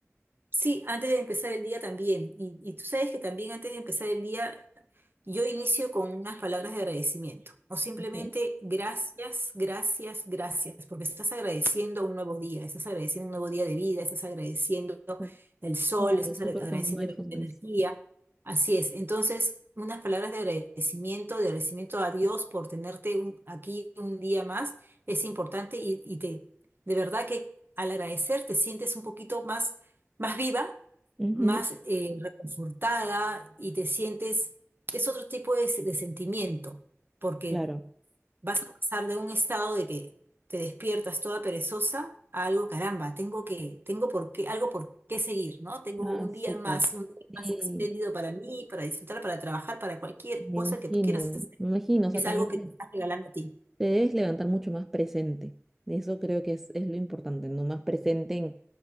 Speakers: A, on the right; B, in the centre.
A: sí, antes de empezar el día también. Y, y tú sabes que también antes de empezar el día Yo inicio con unas palabras de agradecimiento o simplemente
B: Ok.
A: gracias, gracias, gracias, porque estás agradeciendo un nuevo día, estás agradeciendo un nuevo día de vida, estás agradeciendo
B: Oh,
A: el sol,
B: Claro,
A: estás
B: súper
A: agra- agradeciendo
B: con mindfulness.
A: la energía. Así es. Entonces, unas palabras de agradecimiento, de agradecimiento a Dios por tenerte un- aquí un día más, es importante y, y te, de verdad que al agradecer te sientes un poquito más, más viva,
B: Ujú,
A: más eh, reconfortada y te sientes es otro tipo de, se- de sentimiento, porque
B: Claro.
A: vas a pasar de un estado de que te despiertas toda perezosa a algo, caramba, tengo que, tengo por qué, algo por qué seguir, ¿no? Tengo
B: Ah,
A: un
B: súper.
A: día más, un día más
B: Sí,
A: espléndido para mí, para disfrutar, para trabajar, para cualquier
B: me
A: cosa
B: imagino.
A: que tú quieras hacer.
B: Me imagino, o sea,
A: Es
B: también
A: algo que te estás regalando a ti.
B: Te debes levantar mucho más presente. Eso creo que es, es lo importante, ¿no? Más presente en,